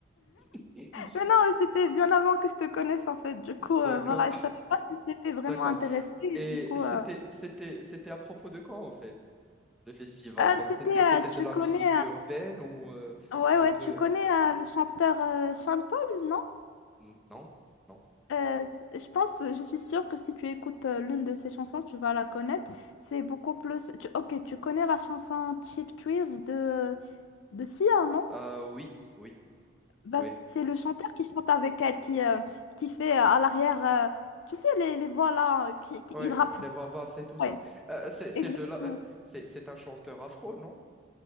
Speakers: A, in the centre; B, on the left.
A: <laughs>
B: Mais non, mais c'était bien avant que je te connaisse en fait. Du
A: D'accord,
B: coup, euh, voilà, je savais pas si t'étais vraiment
A: d'accord.
B: intéressée.
A: Et
B: Du coup,
A: c'était
B: euh,
A: c'était c'était à propos de quoi en fait le festival?
B: euh,
A: Donc
B: c'était,
A: c'était
B: euh,
A: c'était
B: tu
A: de la
B: connais,
A: musique urbaine ou euh,
B: euh, ouais,
A: un
B: ouais,
A: peu
B: tu connais euh, le chanteur euh, Sean Paul, non?
A: hmm, non, non.
B: Euh, je pense, je suis sûre que si tu écoutes euh, l'une de ces chansons, tu vas la connaître. C'est beaucoup plus. tu- ok, tu connais la chanson Cheap Thrills de, de Sia, non?
A: Euh, oui. oui.
B: Bah,
A: Oui.
B: c'est le chanteur qui chante avec elle, qui, euh, qui fait euh, à l'arrière, euh, tu sais, les, les voix là, euh, qui, qui-
A: Ouais,
B: il rappe.
A: les voix basses et tout ça.
B: Ouais,
A: Euh, c'est c'est
B: exactement.
A: de là, euh, c'est c'est un chanteur afro, non?